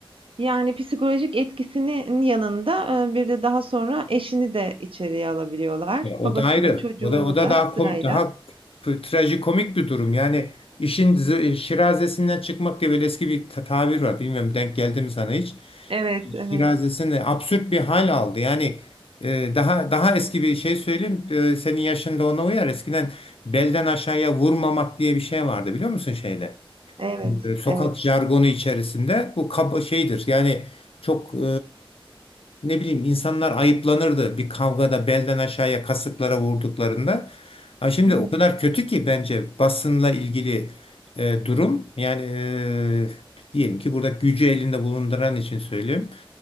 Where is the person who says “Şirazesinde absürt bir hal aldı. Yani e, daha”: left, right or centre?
Left